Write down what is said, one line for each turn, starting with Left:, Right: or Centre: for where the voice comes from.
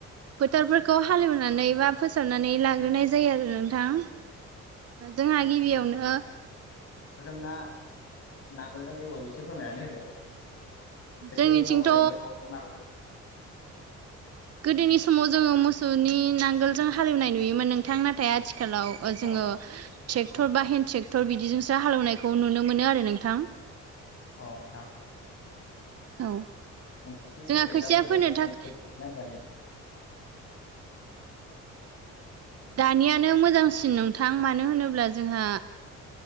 Right: फोथोरफोरखौ हालेएवनानै बा फोसावनानै लाग्रोनाय जायो आरो नोंथां जोंहा गिबियावनो
Left: जोंना नांगोलजों एवो एसे फोरमायनानै होदो बेफोरो
Right: जोंनिथिंथ'
Left: नांगोल बले मोसौनि माबा <unintelligible>
Right: गोदोनि समाव जोङो मोसौनि नांगोलजों हालेएवनाय नोयोमोन नोंथां नाथाय आथिखालाव जोङो
Left: अ
Right: ट्रेक्टर बा हेन्द ट्रेक्टर बिदिजोंसो हालेएवनायखौ नुनो मोनो आरो नोंथां
Left: अ नोंथां
Right: औ
Left: नोंसोरनि
Right: जोंहा
Left: मथेब्ला
Right: खोथिया
Left: बबेया
Right: फोनो
Left: साबसिन
Right: थाखाय
Left: होननानै <unintelligible>
Right: दानियानो मोजांसिन नोंथां मानो होनोब्ला जोंहा